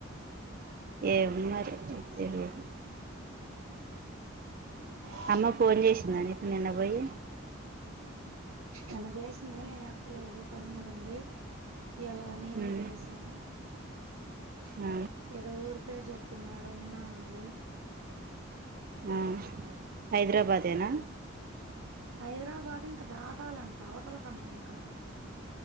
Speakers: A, on the right (about 45°); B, on the right (about 85°).
A: ఏమో మరి తెలిదు
B: ఆ
A: అమ్మ ఫోన్ చేసింద నీకు నిన్న పోయి
B: అన్న చేసింది నేను ఎత్తలేదు పని మీద ఉండి ఇయల నేనే
A: ఉమ్.
B: చేసా
A: ఆ
B: ఏదో ఊరు పేరు చెప్పింది ఆడ ఉన్నా అన్నది
A: ఆ హైదరాబాదేనా
B: హైదరాబాద్ ఇంకా దాటాలంట అవతలకంట ఇంకా